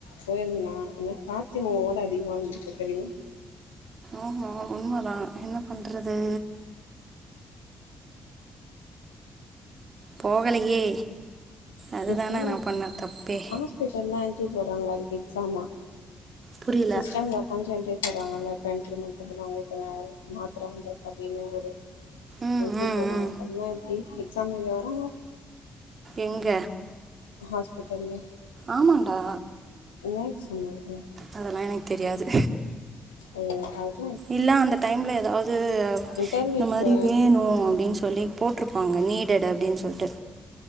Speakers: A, on the left (about 85°); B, on the right (about 45°).
A: போய்ருந்தீனா இன்னு கார்த்தி மாமா ஓட அதிகமா வந்துருப தெரியுமா
B: ஆமா உண்மதா என்ன பண்றது போகலையே அதுதான
A: இப்போ
B: நா பண்ண தப்பே
A: ஹாஸ்பிட்டல்னா என் ட்ரி போட்றாங்களா அதுக்கு எக்ஸாம
B: புரில
A: சிஸ்டம்ல உக்காஞ்சி எண்ட்ரி போட்றாங்கள எண்ட்ரி மட்டு பண்ணுவாங்க இப்ப நா மாத்ர வந்ருக்கு அப்டினு ஒரு
B: ம்
A: எண்ட்ரி
B: ம்
A: போட்றாங்க
B: ம்
A: அதுலா எப்டி எக்ஸா எழுத வாறாங்க
B: எங்க
A: ஹாஸ்பிட்டல்ல
B: ஆமாடா
A: என்ன எக்ஸாம் நடக்குது
B: அதெல்லா எனக் தெரியாது
A: உ
B: இல்ல அந்த டைம்ல ஏதாவது
A: இன்டர்வியூஸு
B: இந்த மாறி வேணு அப்டினு சொல்லி போட்ருப்பாங்க நீடெட் அப்டினு சொல்ட்டு